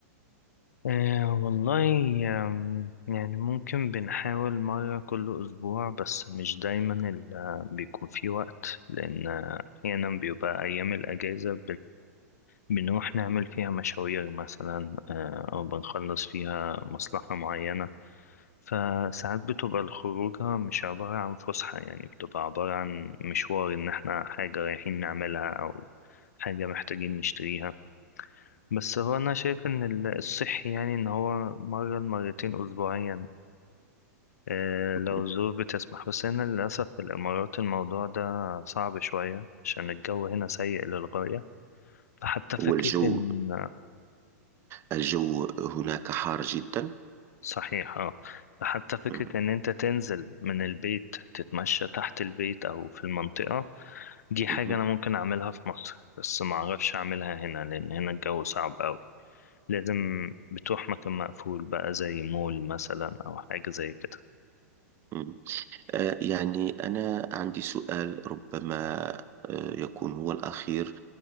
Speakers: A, on the left; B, on the right.
A: آه والله آم، يعني ممكن بنحاول مرة كل أسبوع بس مش دايما ال- آه، بيكون في وقت لأن آه، أحيانا بيبقى أيام الأجازة بنروح نعمل فيها مشاوير مثلا آه، أو بنخلص فيها مصلحة معينة فساعات بتبقى الخروجة مش عبارة عن فسحة يعني بتبقى عبارة عن مشوار إن إحنا حاجة رايحين نعملها أو حاجة محتاجين نشتريها بس هو أنا شايف إن ال- الصحي يعني إن هو مرة لمرتين أسبوعيا آه،
B: مهم.
A: لو الظروف بتسمح بس هنا للأسف في الإمارات الموضوع ده صعب شوية عشان الجو هنا سيء للغاية فحتى
B: والجو
A: فكرة إن
B: الجو هناك حار جدا
A: صحيح اه حتى فكرة
B: مهم.
A: ان انت تنزل من البيت تتمشى تحت البيت او في المنطقة دي حاجة
B: مهم.
A: انا ممكن اعملها في مصر بس ما اعرفش اعملها هنا لان هنا الجو صعب قوي لازم بتروح مكان مقفول بقى زي مول مثلا او حاجة زي كده
B: مهم. آه، يعني أنا عندي سؤال ربما آه، يكون هو الأخير